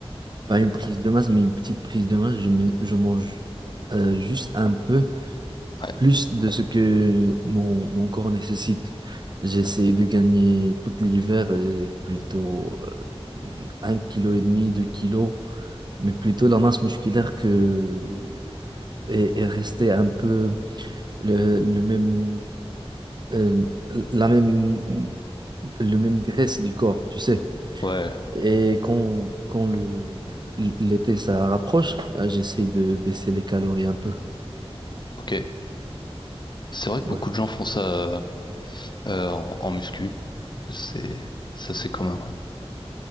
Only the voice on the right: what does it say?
pas une prise de masse, mais une petite prise de masse, je, mets- je mange euh, juste un peu
plus de ce que mon, mon corps nécessite. J'essaie de gagner tout l'hiver euh, plutôt euh, un kilo et demi, deux kilos, mais plutôt la masse musculaire que et, et rester un peu le, le même euh, la même le même graisse du corps, tu sais.
Et quand, quand le, l'été, ça rapproche, euh, j'essaie de baisser les calories un peu.
Ouais,